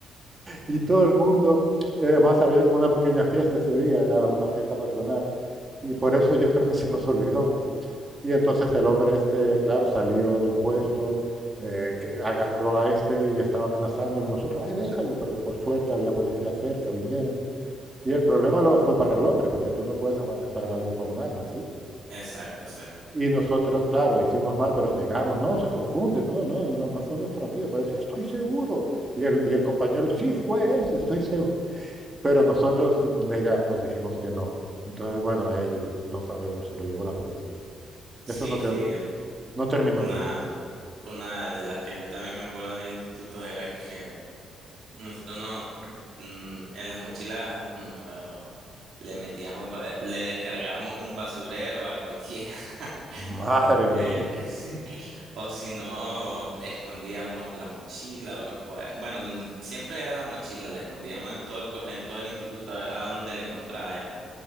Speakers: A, on the right; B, on the right.
A: Y todo el mundo, eh, además había como una pequeña fiesta ese día, era una fiesta patronal. Y por eso yo creo que se nos olvidó. Y entonces el hombre este, claro, salió del puesto, eh, que agarró a este y estaba amenazándolo. Nosotros, ay, déjalo, pero por suerte había policía cerca, vinieron. Y el problema luego fue para el hombre, porque tú no puedes amenazar a alguien con un arma, ¿sí?
B: Exacto, exacto.
A: Y nosotros, claro, hicimos mal, pero negamos, no, se confunde, no, no, él no, no fue nuestro amigo, pero decía, estoy seguro. Y el, y el compañero, sí, fue ese, estoy seguro. Pero nosotros
B: Mm.
A: negamos, dijimos que no. Entonces, bueno, a él no sabemos, se lo llevó la policía. Eso
B: Sí,
A: no, quedó-
B: sí, eh,
A: no terminó
B: una,
A: bien.
B: una de las que yo también me acuerdo en el instituto era que Nosotros no, mm, en las mochilas no, le metíamos, ba- le descargábamos un basurero a cualquiera. <laughs>
A: Madre
B: Eh,
A: mía,
B: <laughs> o si no, escondíamos la mochila o los cuadernos. Bueno, li- siempre era la mochila, la escondíamos en todo el, co- en todo el instituto, a ver a dónde la encontraba ya.